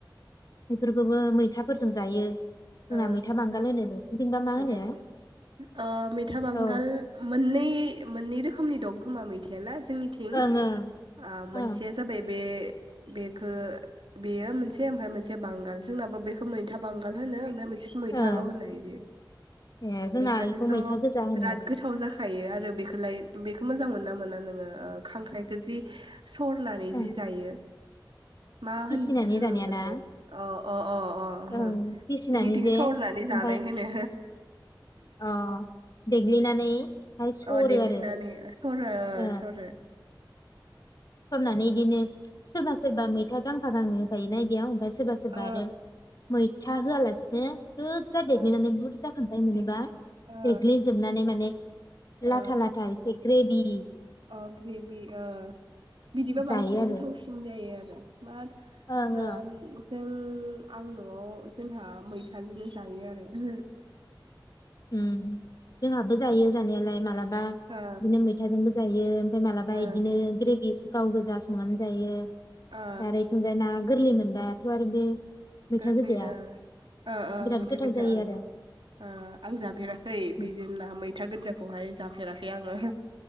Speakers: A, on the left; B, on the right.
A: एफोरखौ। बो मैथाफोरजों जायो। जोंना
B: ओ
A: मैथा बांगाल होनो नोंसिनिथिंबा मा
B: मैथाफोर
A: होनो
B: अ मैथा बांगाल
A: औ
B: मोननै मोननै रोखोम। मोननै रोखोमनि दं खोमा मैथाया ना जोंनिथिं
A: ओं ओं
B: आ मोनसेया
A: ओं
B: जाबाय बे। बेखौ बेयो मोनसे ओमफ्राय मोनसे बांगाल जोंनाबो बेखौ मैथा बांगाल। होनो ओमफाय मोरसे मैथाल
A: ओं
B: होनो इदि
A: ए जोंना
B: मैथाजोंथ
A: बेखौ मैथा गोजा होनो
B: बिराद गोथाव जाखायो आरो बेखौलाय। बेखौ मोजां मोनो ना मोना नोङो ओ खांख्राइखौ जि सरनानै
A: ओं
B: जि जायो। मा
A: फिसिनानै
B: होन होनोमोनथाय
A: जानायाना
B: अ अ अ अ।
A: ओं फिसिनानै
B: जोंनिथिं
A: जे
B: सरनानै जानाय
A: ओमफाय
B: होनो
A: अ देग्लिनानैहाय सरो
B: अ देग्लिनानै
A: आरो
B: सरो अ
A: ओ
B: सरो।
A: सरनानै बिदिनो सोरबा सोरबा मैथा गां फा गांनै होफायो ना इदियाव ओमफ्राय। सोरबा सोरबा
B: ओ
A: आरो मैथा होआलासिनो। गोजा देग्लिनानै
B: ओ
A: बुरजा। मोनोबा
B: दि ओ
A: देग्लिजोबनानै माने। लाथा
B: ओ
A: लाथा एसे ग्रेबि।
B: अ ग्रेबि ओ बिदिबा
A: जायो
B: बांसिन
A: आरो
B: गोथावसिन जायो आरो । बाद
A: ओं
B: ओ
A: ओं
B: जों आं न'आव जोंहा मैथाजोंनो जायो आरो ।
A: ओम जोंहाबो जायो जानाया मालाबा
B: ओ
A: बिदिनो मैथाजोंबो जायो मालाबा
B: ओ
A: इदिनो ग्रेबि गाव गोजा संनानै जायो ।
B: ओ
A: आरो इथिंजा ना गोर्लै मोन दाथ' आरो बे मैथा
B: गोलै
A: गोजाया
B: ओ ओओ
A: बिराद
B: मैथा
A: गोथाव
B: गोजा
A: जायो
B: ओं
A: आरो
B: ओ। आं जाफेराखै
A: उम
B: बिदि ना मैथा गोजाखौ खौहाय जाफेराखै आङो।